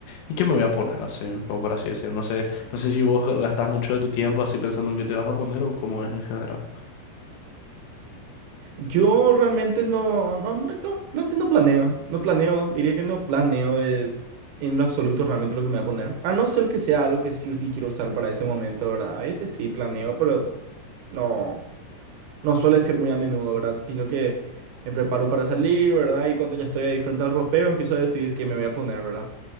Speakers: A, on the left; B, on the right.
A: en qué me voy a poner, así, un poco por así decirlo. No sé, no sé si vos gastas mucho de tu tiempo así pensando en qué te vas a poner o cómo es en general.
B: Yo realmente no, no, no, no, realmente no planeo, no planeo, diría que no planeo eh, en lo absoluto realmente lo que me voy a poner. A no ser que sea algo que sí o sí quiero usar para ese momento, ¿verdad? A veces sí planeo, pero no, no suele ser muy a menudo, ¿verdad? Sino que me preparo para salir, ¿verdad? Y cuando ya estoy ahí frente al ropero empiezo a decidir qué me voy a poner, ¿verdad?